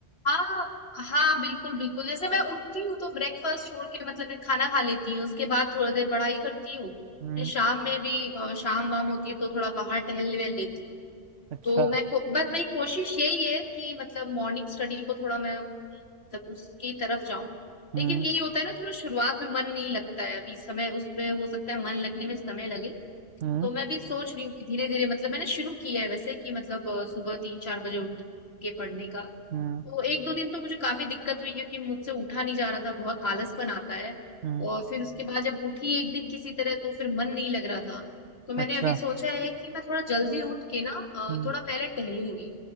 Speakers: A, on the left (about 55°); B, on the right (about 75°).
A: हाँ हाँ बिल्कुल बिल्कुल जैसे मैं उठती हूँ तो ब्रेकफास्ट छोड़ के मतलब मैं खाना खा लेती हूँ उसके बाद थोड़ी देर पढ़ाई करती हूँ
B: हम्म
A: फिर शाम में भी अ, शाम वाम होती है तो थोड़ा बाहर टहल वहल लेती हूँ
B: अच्छा
A: तो मैं को, बस मेरी कोशिश यही है कि मतलब मॉर्निंग स्टडी को थोड़ा मैं मतलब उसकी तरफ जाऊं
B: हम्म
A: लेकिन यही होता है ना थोड़ा शुरुआत में मन नहीं लगता है अभी समय उस पे हो सकता है मन लगने में समय लगे
B: हम्म
A: तो मैं भी सोच रही हूँ कि धीरे धीरे मतलब मैंने शुरू किया है वैसे कि मतलब अ, सुबह तीन चार बजे उठ के पढ़ने का
B: हम्म
A: तो एक दो दिन तो मुझे काफी दिक्कत हुई क्योंकि मुझसे उठा नहीं जा रहा था बहुत आलसपन आता है
B: हम्म
A: और फिर उसके बाद जब उठी एक दिन किसी तरह तो फिर मन नहीं लग रहा था तो मैंने
B: अच्छा
A: अभी सोचा है कि मैं थोड़ा जल्दी उठ के ना अ,
B: हम्म
A: थोड़ा पहले टहलूंगी